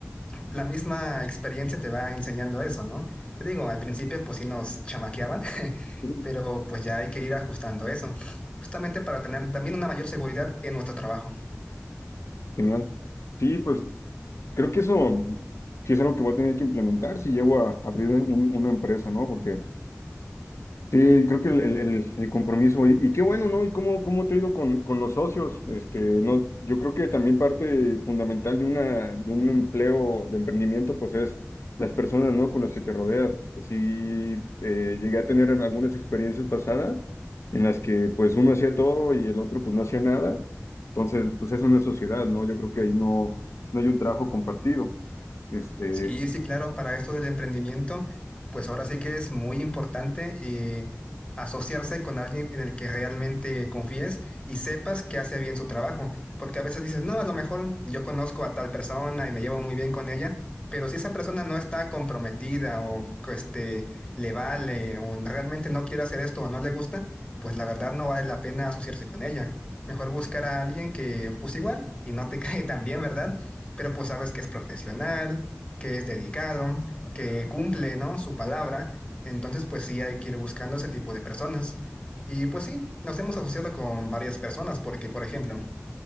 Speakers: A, on the left (about 25°); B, on the left (about 60°).
A: la misma experiencia te va enseñando eso, ¿no? Te digo, al principio pues sí nos chamaqueaban, <laughs>
B: Ujú.
A: pero pues ya hay que ir ajustando eso, justamente para tener también una mayor seguridad en nuestro trabajo.
B: Genial. Sí, pues creo que eso sí es algo que voy a tener que implementar si llego a abrir un- una empresa, ¿no? Porque Sí, creo que el, el- el- el compromiso, y, y qué bueno, ¿no? ¿Y cómo, cómo te ha ido con, con los socios? Este, no, yo creo que también parte fundamental de una, de un empleo, de emprendimiento, pues es las personas, ¿no? Con las que te rodeas. Sí, eh, llegué a tener algunas experiencias pasadas en las que pues uno hacía todo y el otro pues no hacía nada. Entonces, pues es una sociedad, ¿no? Yo creo que ahí no, no hay un trabajo compartido. Este,
A: Sí, sí, claro, para esto del emprendimiento, pues ahora sí que es muy importante eh, asociarse con alguien en el que realmente confíes y sepas que hace bien su trabajo, porque a veces dices, no, a lo mejor yo conozco a tal persona y me llevo muy bien con ella, pero si esa persona no está comprometida o que, este, le vale o realmente no quiere hacer esto o no le gusta, pues la verdad no vale la pena asociarse con ella. Mejor buscar a alguien que pues igual y no te <laughs> cae tan bien, ¿verdad? Pero pues sabes que es profesional que es dedicado, que cumple, ¿no? Su palabra. Entonces, pues sí, hay que ir buscando ese tipo de personas. Y pues sí, nos hemos asociado con varias personas porque, por ejemplo,